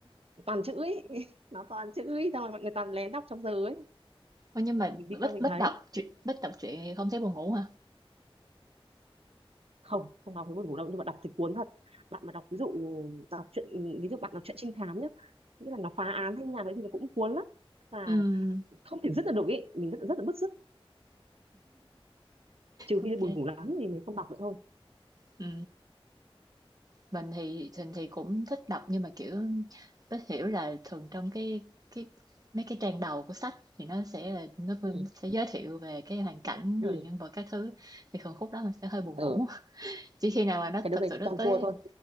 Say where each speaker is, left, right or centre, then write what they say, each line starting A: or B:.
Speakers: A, on the right; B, on the right.
A: toàn chữ ấy <laughs> nó toàn chữ ấy xong rồi mọi người toàn lén đọc trong giờ ấy
B: Ôi, nhưng mà
A: thì mình đi
B: Bích
A: qua mình
B: Bích
A: thấy
B: đọc truyện Bích đọc truyện thì không thấy buồn ngủ hả?
A: không không đọc thấy buồn ngủ đâu nhưng mà đọc thì cuốn thật bạn mà đọc ví dụ đọc truyện ví dụ bạn đọc truyện trinh thám nhá nghĩa là nó phá án hay như nào đấy thì nó cũng cuốn lắm và
B: Ừ,
A: không thể dứt được được ý mình rất, rất là bứt rứt trừ
B: ok.
A: khi buồn ngủ lắm thì mình không đọc nữa thôi
B: Ừ. Mình thì mình thì cũng thích đọc nhưng mà kiểu Bích hiểu là thường trong cái cái mấy cái trang đầu của sách thì nó sẽ là nó vẫn
A: ừ
B: sẽ giới thiệu về cái hoàn cảnh rồi
A: ừ
B: nhân vật các thứ thì thường khúc đó mình sẽ hơi buồn
A: ừ
B: ngủ. Chỉ khi nào mà nó
A: cái đứa
B: thật
A: này
B: sự nó
A: toàn
B: tới
A: cua thôi